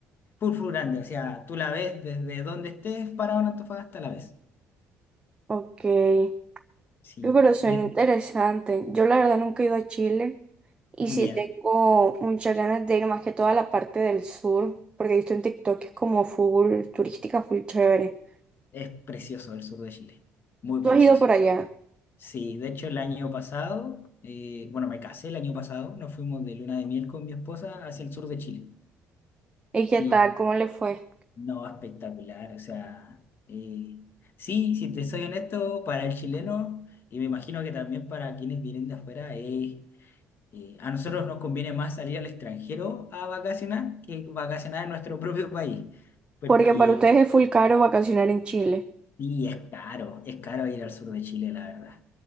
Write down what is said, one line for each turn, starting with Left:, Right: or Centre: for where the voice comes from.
Left: Full, full grande, o sea, tú la ves desde donde estés parado en Antofagasta, la ves.
Right: Ok. Uy,
Left: Sí,
Right: Pero suena
Left: y-
Right: interesante. Yo la verdad nunca he ido a Chile. Y
Left: ya,
Right: sí tengo muchas ganas de ir más que toda la parte del sur. Porque he visto en TikTok que es como full turística, full chévere.
Left: Es precioso el sur de Chile, muy
Right: ¿Tú
Left: precioso.
Right: has ido por allá?
Left: Sí, de hecho el año pasado, eh, bueno, me casé el año pasado, nos fuimos de luna de miel con mi esposa hacia el sur de Chile.
Right: ¿Y qué
Left: Y
Right: tal? ¿Cómo le fue?
Left: no, espectacular, o sea, eh, sí, si te soy honesto, para el chileno, y me imagino que también para quienes vienen de afuera, es, eh, a nosotros nos conviene más salir al extranjero a vacacionar que vacacionar en nuestro propio país, porque
Right: Porque para ustedes es full caro vacacionar en Chile.
Left: sí, es caro, es caro ir al sur de Chile, la verdad.